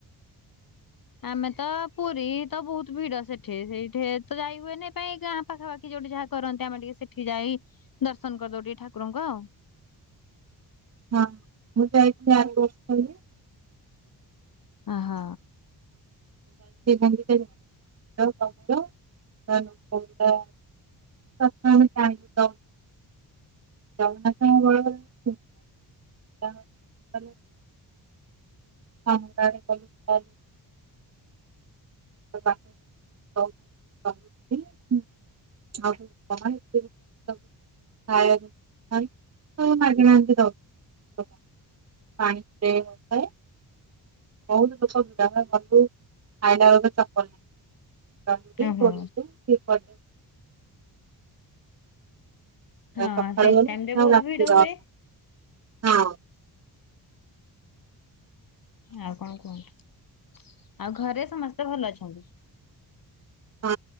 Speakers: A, on the left; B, on the right.
A: ଆମେ ତ ପୁରୀ ତ ବହୁତ ଭିଡ ସେଠି ସେଇଠି ତ ଯାଇ ହୁଏନି ପାଇଁ ଗାଁ ପାଖାପାଖି ଯୋଉଠି ଯାହା କରନ୍ତି ଆମେ ଟିକେ ସେଠି ଯାଇ ଦର୍ଶନ କରିଦଉ ଟି ଠାକୁ ଠାକୁର ଙ୍କୁ ଆଉ।
B: ହଁ ମୁଁ ଜାଇଥିଲି <unintelligible>
A: ଓ ହ।
B: ଗୁଣ୍ଡିଚା ଯାଇଥିଲି <unintelligible> <unintelligible> <unintelligible> <unintelligible> ଏଁ । ବହୁତ ଲୋକ ଭିଡ ଆମେ ଗଲୁ ଆଇଲା ବେଳକୁ ଚପଲ ନାହିଁ।
A: ଓହୋ
B: <unintelligible>
A: ହଁ
B: ସକାଳୁ
A: ସେ
B: ଗଲୁ
A: ଟାଇମ ରେ
B: ଆଉ
A: ବହୁତ
B: ରାତି
A: ଭିଡ
B: ଦଶ
A: ହୁଏ।
B: ହଁ।
A: ଆଉ କଣ କୁହନ୍ତୁ ଆଉ ଘରେ ସମସ୍ତେ ଭଲ ଅଛନ୍ତି।
B: ହଁ